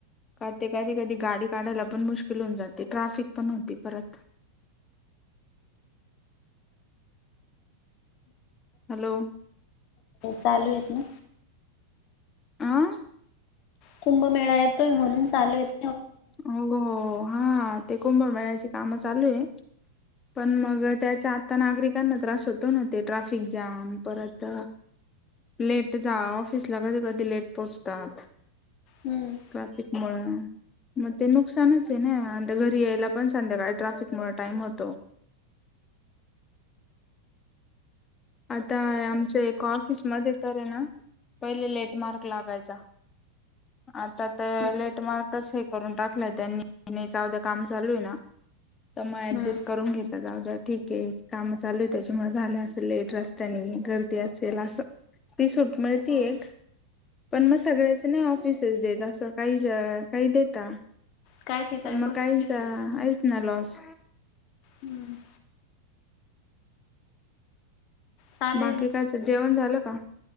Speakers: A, on the left; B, on the left.
A: क ते कधी, कधी गाडी काढायला पण मुश्किल होऊन जाते ट्राफिक पण होती परत <inaudible> हॅलो
B: चालू आहेत ना
A: आह
B: कुंभमेळा येतोय म्हणून चालू येत
A: हो हा ते कुंभमेळ्याची काम चालू आहे पण मग त्याचा आता नागरिकांना त्रास होत न ते ट्राफिक जाम परत लेट जा ऑफिसला कधी कधी लेट पोहोचतात
B: हम्म
A: ट्राफिक मुळ मग ते नुकसानच आहे ना घरी यायला पण संध्याकाळी ट्राफिक मुळ टाइम होतो <inaudible> आता आमच एका ऑफिस मध्ये तर आहे ना पहिले लेंट मार्क लागायचा आता तर
B: हम्म
A: लेटमार्कच हे करून टाकलंय त्यांनी नाहीच अवदं काम चालू आहे ना तर मग ऍडजस्ट
B: हम्म.
A: करून घेत जाऊ जा ठीके काम चालू आहे त्याच्यामुळे झालं असं लेट रस्त्याने गर्दी असेल असं ती सुट मिळती
B: हो,
A: एक, पण मग सगळ्याच नाही ऑफिस च देत असं काही काही देता
B: काय ठिकाणी
A: पण मग
B: खूप
A: काहीचा
B: स्ट्रिक्ट
A: आहेच ना लॉस
B: हम्म. चालेल
A: बाकी कायच जेवण झालं का?